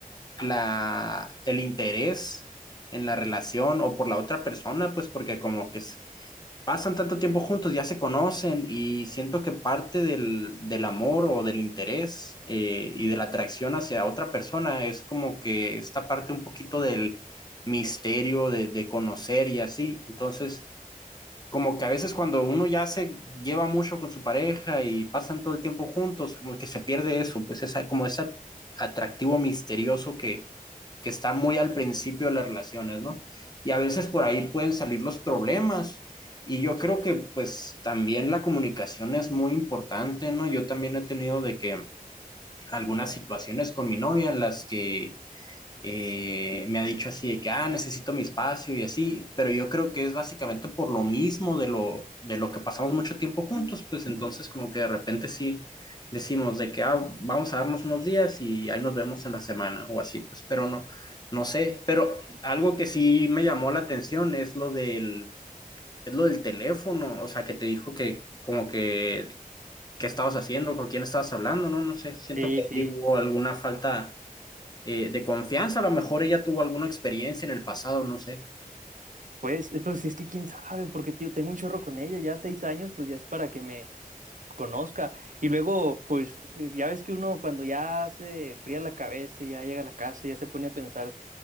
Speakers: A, on the left; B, on the right.
A: la, el interés en la relación o por la otra persona, pues porque como que es, pasan tanto tiempo juntos, ya se conocen y siento que parte del, del amor o del interés eh, y de la atracción hacia otra persona es como que esta parte un poquito del misterio de, de conocer y así. Entonces, como que a veces cuando uno ya se lleva mucho con su pareja y pasan todo el tiempo juntos, como que se pierde eso, pues esa, como ese atractivo misterioso que, que está muy al principio de las relaciones, ¿no? Y a veces por ahí pueden salir los problemas. Y yo creo que pues también la comunicación es muy importante, ¿no? Yo también he tenido de que algunas situaciones con mi novia en las que eh, me ha dicho así de que, ah, necesito mi espacio y así, pero yo creo que es básicamente por lo mismo de lo, de lo que pasamos mucho tiempo juntos, pues entonces como que de repente sí decimos de que, ah, vamos a darnos unos días y ahí nos vemos en la semana o así, pues, pero no, no sé, pero algo que sí me llamó la atención es lo del, es lo del teléfono, o sea, que te dijo que como que, ¿qué estabas haciendo? ¿Con quién estabas hablando? No, no sé, siento
B: Sí,
A: que
B: sí.
A: ahí hubo alguna falta eh, de confianza. A lo mejor ella tuvo alguna experiencia en el pasado, no sé.
B: Pues, eh, pues si es que quién sabe, porque tío, tengo un chorro con ella, ya seis años, pues ya es para que me conozca. Y luego, pues, eh, ya ves que uno cuando ya se fría la cabeza y ya llega a la casa ya se pone a pensar.